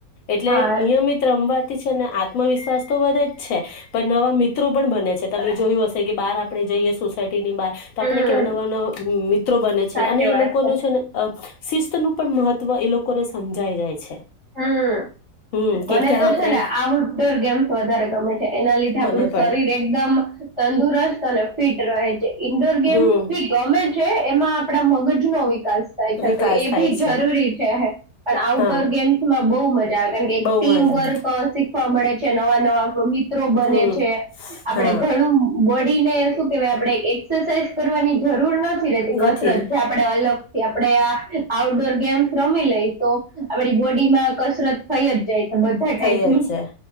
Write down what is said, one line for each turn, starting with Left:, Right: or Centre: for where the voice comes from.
Left: એટલે
Right: હા
Left: નિયમિત રમવાથી છે ને આત્મવિશ્વાસ તો વધે જ છે પણ નવા મિત્રો પણ બને છે તમે જોયું હશે કે બહાર આપણે જઈએ સોસાયટી ની બાર તો
Right: હમ
Left: આપણે કેવા નવા નવા મિત્રો બને
Right: સાચી
Left: છે, અને એ
Right: વાત
Left: લોકો
Right: છે
Left: <unintelligible> શિસ્ત નું પણ મહત્વ એ લોકોને હમજાય જાય છે
Right: હમ,
Left: હમ કે
Right: મને
Left: ક્યાં
Right: તો
Left: આપણે
Right: છે ને આઉટડોર ગેમ્સ વધારે ગમે છે એના લીધે
Left: મને
Right: આપડું
Left: પણ
Right: શરીર એકદમ તંદુરસ્ત અને ફિટ રહે છે ઈન્ડોર ગેમ
Left: હમ
Right: બી ગમે છે એમાં આપણા મગજ નો વિ વિકાસ થાય છે
Left: વિકાસ
Right: તો એ
Left: થાય
Right: બી
Left: છે
Right: જરૂરી છે, પણ આઉટડોર
Left: હા
Right: ગેમ બહુ મજા આવે કેમ કે એક
Left: બહુ
Right: ટીમ
Left: મજા
Right: વર્ક શીખવામાં મળે છે, નવા નવા આપણા મિત્રો બને
Left: હમ
Right: છે, આપણે
Left: હા
Right: ઘણું બોડી ને શું કેહેવાય આપણે એક એક્સરસાઇઝ કરવાની જરૂર જરૂર નથી રહેતી,
Left: નથી
Right: કસરત જે આપણેે અલગ આપણે આ આઉટડોર ગેમ્સ રમી લઈ તો આપણી બોડી ડી માં કસરત થઈ જ જાય છે બધા ટાઈપની
Left: થઈ ગયેલ છે,